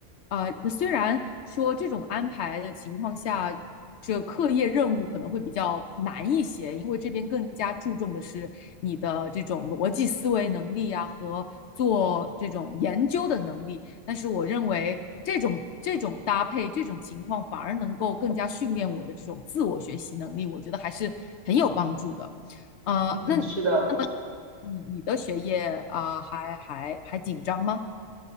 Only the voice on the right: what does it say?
嗯，
是的。